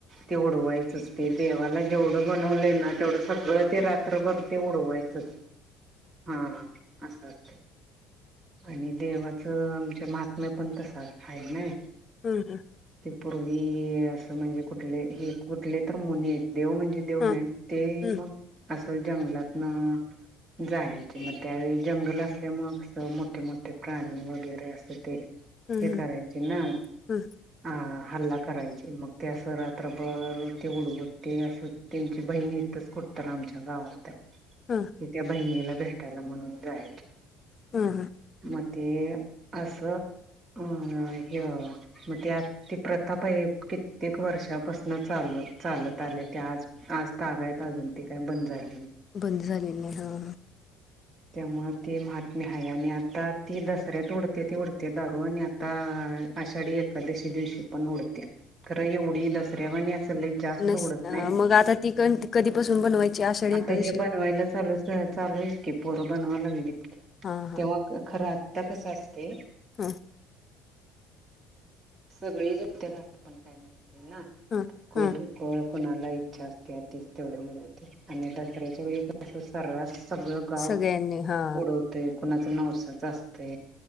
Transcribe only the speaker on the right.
ते उडवायचच ते देवाला जेवढं बनवले ना तेवढं सगळं ते रात्रभर तेवढवायचंच हा असं असते आणि देवाचं आमच्या महात्म्या पण तस आहे ना
त पूर्वी असं म्हणजे कुठले हे कुठले तर मुने येत देऊ म्हणजे देऊ
नाही ते
मग असं जंगलातन जायचे मग त्यावेळी जंगल असल्यामुळे मोठे मोठे प्राणी वगैरे अस ते
हे
करायचे ना
अ हल्ला करायचे मग ते असं रात्रभर ते उडगतते असं त्यांची बहिणी इथंच कुठ तराम जगा होतय
ति त्या बहिणीला भेटायला म्हणून जायच
मग ते असं अं हे मग ते आ त प्रताप आहे कित्येक वर्षापासून चाल चालत आज आज तागायत अजून त काय बंद झाली
त्यामुळे ते म्ह मीहाय आणि आता ती दसऱ्यात उडते ती उडते दारू आणि आता आषाढी एकादशी दिवशी पण उडत्या खरं एवढी दसऱ्यावर जास्त
उडत
नाही
आता
हे बनवायला चालू चालूत की पोरं बनवाव लागलीत
तेव्हा खरं आत्ता कस असते
सगळेोठ्यात पण काय नसते ना
कठ
कोळ कोणाला इच्छा असते तच तेवढे एवढ होते आणि दसऱ्याच्या वेळीस सर्रास सगळं गाव
उडवत ते कुणाच नवसाच असते